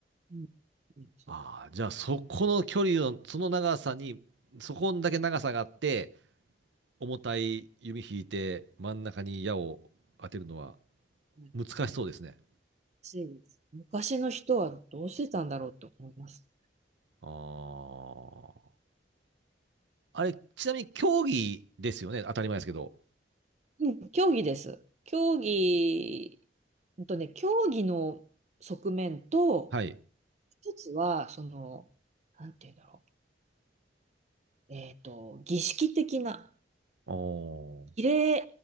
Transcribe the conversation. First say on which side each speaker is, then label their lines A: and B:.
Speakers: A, on the right; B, on the right.
A: うん。うんそう
B: ああ、じゃあそこの距離の、その長さに、そこんだけ長さがあって、重たい弓引いて真ん中に矢を当てるのは
A: はい
B: 難しそうですね。
A: そうです昔の人はどうしてたんだろうと思います。
B: ああ。あれ、ちなみに競技ですよね。当たり前ですけど。
A: うん、競技です。競技、うんとね、競技の側面と、
B: はい。
A: 一つは、その、なんて言うんだろう。えっと、儀式的な、
B: ああ。
A: 儀礼